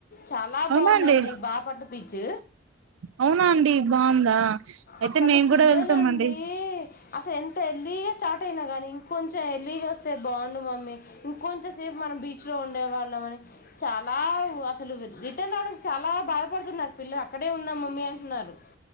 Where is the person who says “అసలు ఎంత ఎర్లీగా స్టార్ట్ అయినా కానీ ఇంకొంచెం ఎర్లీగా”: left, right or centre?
Left